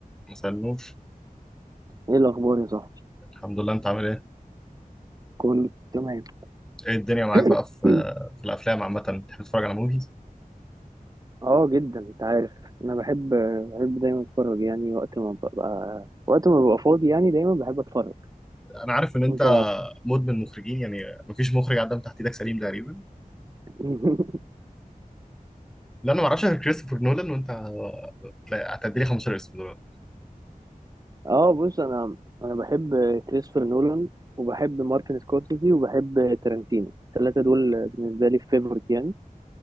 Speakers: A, in the centre; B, on the right.
A: ما سألنوش
B: ايه الاخبار يا صاحبي
A: الحمد لله انت عامل ايه
B: كله تمام
A: ايه الدنيا معاك
B: <coughs>
A: بقى في
B: <clears throat>
A: في الافلام عامه بتحب تتفرج على موفيز
B: اه جدا انت عارف انا بحب بحب دايما اتفرج يعني وقت ما ببقى وقت ما ببقى فاضي يعني دايما بحب اتفرج
A: انا عارف ان انت
B: انت
A: مدمن مخرجين يعني مفيش مخرج عدى من تحت ايدك سليم تقريبا
B: <laughs>
A: لا انا ما اعرفش غير كريستوفر نولان وانت لا، هتدي لي 15 اسم دول
B: اه بص انا انا بحب كريستوفر نولان وبحب مارتن سكورسيزي وبحب تارانتينو الثلاثه دول بالنسبه لي فيفورت يعني